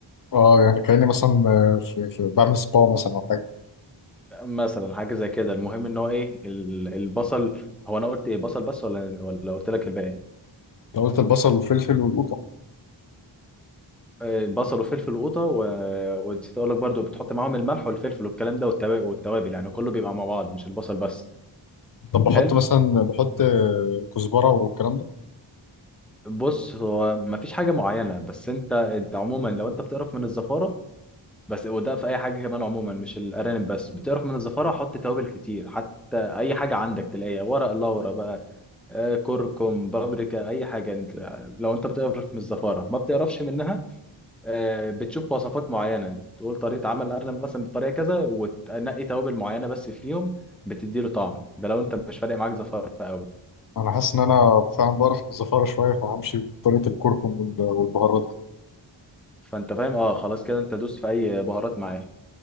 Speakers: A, on the left (about 45°); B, in the centre.
A: اه يعني كاني مثلا آه، في في بعمل سبا مثلا او حاجه
B: مثلا حاجه زي كده المهم ان هو ايه ال- البصل هو انا قلت ايه بصل بس ولا ولا قلت لك الباقي
A: لو قلت البصل والفلفل والقوطه
B: آه، بصل وفلفل وقوطه و... ونسيت اقول لك برضو بتحط معاهم الملح والفلفل والكلام ده والتوا- والتوابل يعني كله بيبقى مع بعض مش البصل بس
A: طب بحط
B: حلو
A: مثلا بحط آه، كزبره والكلام ده
B: بص هو مفيش حاجه معينه بس انت انت عموما لو انت بتقرف من الزفاره بس وده في اي حاجه كمان عموما مش الارانب بس بتقرف من الزفاره حط توابل كتير حتى اي حاجه عندك تلاقيها ورق لورا بقى آه، كركم بابريكا اي حاجه انت لو انت بتقرف من الزفاره ما بتقرفش منها آه، بتشوف وصفات معينه تقول طريقه عمل الارنب مثلا بالطريقه كذا وتنقي توابل معينه بس فيهم بتدي له طعم ده لو انت مش فارق معاك زفاره قوي
A: انا حاسس ان انا فعلا بقرف من الزفاره شويه فهمشي بطريقه الكركم وال- والبهارات
B: فانت فاهم اه خلاص كده انت دوس في اي بهارات معاك